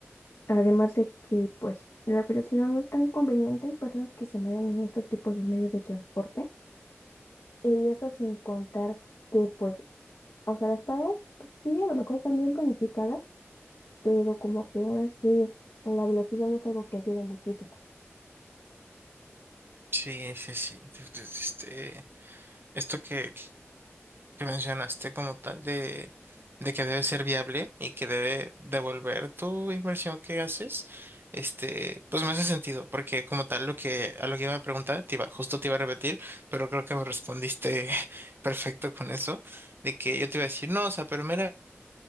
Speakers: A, on the left (about 80°); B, on the right (about 50°).
A: Además de que, pues, la velocidad no es tan conveniente, hay personas que se marean en estos tipos de medios de transporte. Y eso sin contar que, pues, o sea, las paradas sí, a lo mejor están bien planificadas, pero como que aún así, la velocidad no es algo que ayude muchísimo.
B: Sí, sí, sí. Este, esto que, que mencionaste como tal de, de que debe ser viable y que debe devolver tu inversión que haces, este, pues me hace sentido, porque como tal lo que a lo que iba a preguntar, te iba, justo te iba a repetir, pero creo que me respondiste <laughs> perfecto con eso, de que yo te iba a decir, no, o sea, pero meramente